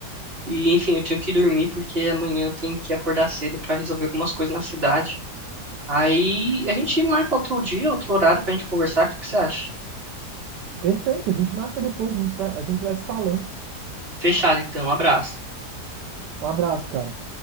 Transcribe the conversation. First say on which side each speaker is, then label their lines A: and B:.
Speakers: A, on the right; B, on the right.
A: E enfim, eu tenho que dormir porque amanhã eu tenho que acordar cedo pra resolver algumas coisas na cidade. Aí a gente marca outro dia, outro horário pra gente conversar. O que que você acha?
B: Perfeito, a gente marca depois, a gente vai, a gente vai se falando.
A: Fechado, então. Um abraço.
B: Um abraço, cara.